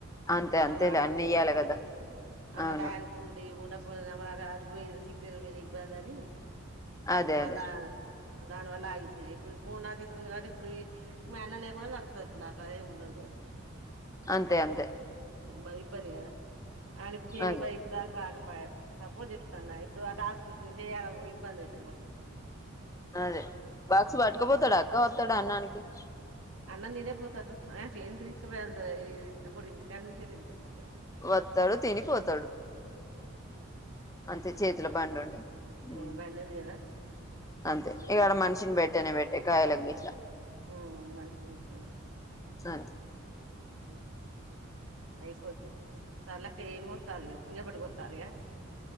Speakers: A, on the left (about 15°); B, on the right (about 70°).
A: అంతే అంతేలే
B: మళ అన్న
A: అన్ని
B: <unintelligible>
A: ఇయ్యాలి
B: అన్న పోయి
A: కదా
B: అన్న
A: అవును
B: టయాన్కుండీ ఉండపోయ <unintelligible> అది పోయి ఇది సిగ్నల్ మీదిబ్బందని
A: అదే
B: ఇ మోన్నా
A: అదే
B: దానివల్ల ఆగిపోయియి ఇప్పుడు ఫోను నా చేతిలో ఉంది కాబట్టి ఇప్పుడు ఈ మీ అన్న లేకుండా నడుపుతుంది ఇప్పుడు నాకు అదేమి ఉండదు కదా
A: అంతే అంతే
B: మరి ఇబ్బంది కదా అని చేనికి
A: అదే
B: పోయి ఇప్పుడు దాకా రాకపో సపోజ్ చెప్తాన్నా ఇప్పుడు ఆ టాస్క్ వచ్చింది చేయాలకో ఇబ్బందిదు
A: అదే బాక్స్ పట్టుకపోతాడు
B: ఈ
A: అక్క వస్తాడు అన్నానికి చీ
B: అన్నం తినే పోతాడు రా ఆ ఏంది తీసుకుపోయేది అంటాడు తీసుక పోడు ఇంటి కాడ నుంచే తింటాడు
A: వస్తాడు తినిపోతాడు అంతే
B: వంటలు
A: చేతిలో
B: చేస్
A: బండి ఉండే ఉ
B: ఆ బండి ఉంది కదా
A: అంతే
B: ఉన్నదని
A: ఇక్కడ మనిషిని బట్టనే పెట్టే కాయల్ లని
B: ఉ మనిషిని బట్టి ఇంకా
A: అంతే
B: ఉ అయిపోచ్చు సర్లే అక్క ఏం కోస్తారు చీకటీ పడితే టారిగా